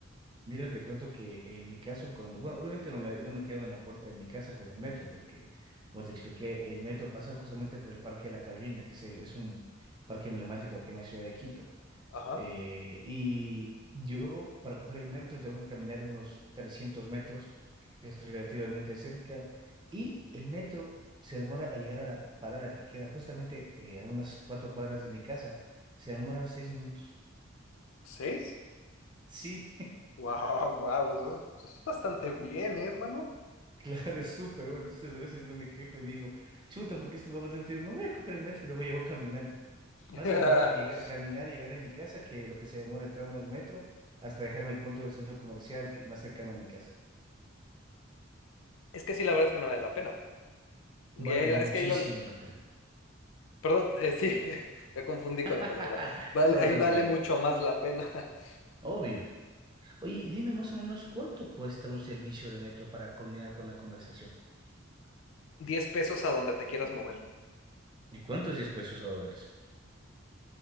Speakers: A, on the right (about 25°); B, on the left (about 80°).
A: Mira, te cuento que eh, en mi caso, cuando, bueno, obviamente no me, no me quedo en la puerta de mi casa con el metro, porque, como te expliqué, el metro pasa justamente por el Parque de la Carolina, que es, el- es un parque emblemático aquí en la ciudad de Quito.
B: Ajá.
A: Eh, y yo, para coger el metro, tengo que caminar unos 300 metros, que es relativamente cerca. Y el metro se demora a llegar a la parada que queda justamente eh, a unas cuatro cuadras de mi casa. Se demora seis minutos.
B: ¿Seis?
A: Sí,
B: Wow, wow, <laughs> eso, es eso es bastante bien, ¿eh, hermano. <laughs>
A: <laughs> claro, es súper bueno. Entonces, a veces yo me quejo y digo, chuta, ¿por qué esto va más lento? Y digo, me voy a coger el metro y luego llevo caminando.
B: <laughs>
A: Más me demoro que llegar, caminar y llegar a mi casa que lo que se demora el tramo del metro hasta dejarme el punto del centro comercial que- más cercano a mi casa.
B: Es que sí, la verdad es que no vale la pena. Y
A: Vale
B: ahí-
A: muchísimo
B: es que ahí la,
A: la pena.
B: Perdón, eh, sí, <laughs> me confundí con
A: <laughs>
B: la palabra. Vale, ahí
A: No, tranquilo,
B: vale mucho más la pena.
A: obvio. Oye, y dime más o menos cuánto cuesta un servicio de metro para culminar con la conversación.
B: <laughs> 10 pesos a donde te quieras mover.
A: ¿Y cuánto es 10 pesos a dólares?